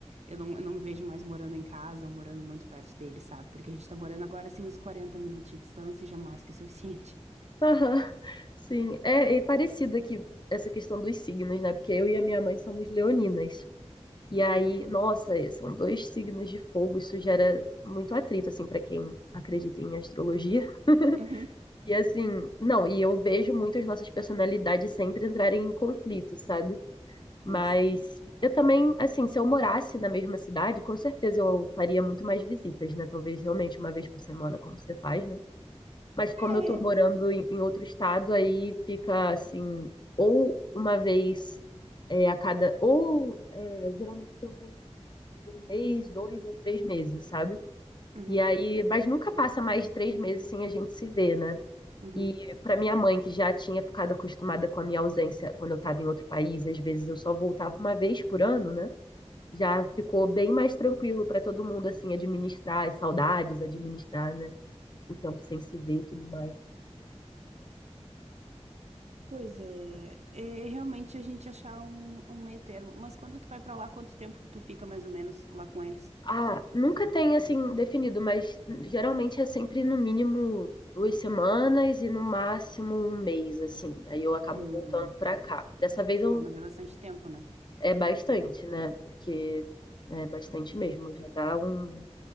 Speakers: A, on the right; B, on the left.
A: Eu não, eu não me vejo mais morando em casa ou morando muito perto deles, sabe? Porque a gente tá morando agora assim uns 40 minutos de distância e já é mais que o suficiente. <laughs>
B: Aham, Sim, é, é parecido aqui essa questão dos signos, né? Porque eu e a minha mãe somos leoninas. E
A: Hum,
B: aí, nossa, é, são dois signos de fogo, isso gera muito atrito, assim, para quem acredita em astrologia. <laughs>
A: uhum,
B: E assim, não, e eu vejo muito as nossas personalidades sempre entrarem em conflito, sabe?
A: pois.
B: Mas eu também, assim, se eu morasse na mesma cidade, com certeza eu faria muito mais visitas, né? Talvez realmente uma vez por semana, como você faz, né? Mas como
A: É.
B: eu tô morando em, em outro estado, aí fica assim, ou uma vez é, a cada, ou é, geralmente eu vou em um mês, dois ou três meses, sabe?
A: Uhum,
B: E aí, mas nunca passa mais de três meses sem a gente se ver, né?
A: uhum.
B: E para minha mãe, que já tinha ficado acostumada com a minha ausência quando eu estava em outro país, às vezes eu só voltava uma vez por ano, né? Já ficou bem mais tranquilo para todo mundo, assim, administrar as saudades, administrar, né? O tempo sem se ver e tudo mais.
A: Pois é, é realmente a gente achar um, um meio termo. Mas quando tu vai pra lá, quanto tempo tu fica mais ou menos lá com eles?
B: Ah, nunca tem assim definido, mas hum, geralmente é sempre no mínimo duas semanas e no máximo um mês, assim. Aí eu acabo
A: Hum,
B: voltando pra cá. Dessa vez eu
A: ah, mas é bastante tempo, né?
B: é bastante, né? Porque né, é bastante mesmo, já dá um-